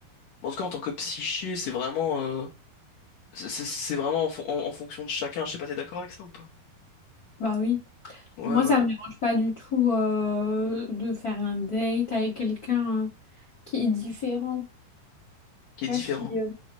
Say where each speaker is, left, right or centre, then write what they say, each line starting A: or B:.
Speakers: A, on the left; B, on the left.
A: en tout cas, en tant que psyché, c'est vraiment, euh, c'est c'est- c'est vraiment en, fon- en- en fonction de chacun. Je sais pas, t'es d'accord avec ça ou pas?
B: Bah oui.
A: Ouais,
B: Moi,
A: ouais.
B: ça me dérange pas du tout euh, de faire un date avec quelqu'un euh, qui est différent,
A: Qui
B: tu
A: est
B: vois,
A: différent.
B: qui euh,